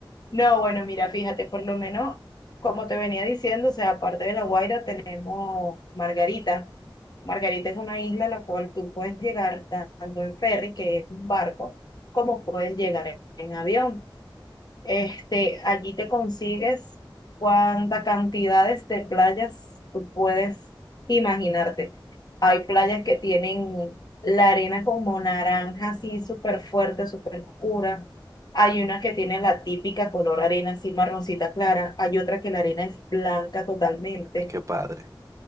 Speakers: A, on the left; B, on the right.
A: No, bueno, mira, fíjate, por lo menos, como te venía diciendo, o sea, aparte de La Guaira tenemos Margarita. Margarita es una isla a la cual tú puedes llegar tanto en ferry, que es un barco, como puedes llegar en avión. Este, allí te consigues cuántas cantidades de playas tú puedes imaginarte. Hay playas que tienen la arena como naranja, así súper fuerte, súper oscura. Hay una que tiene la típica color arena, así marroncita clara. Hay otra que la arena es blanca totalmente.
B: Ay, qué padre.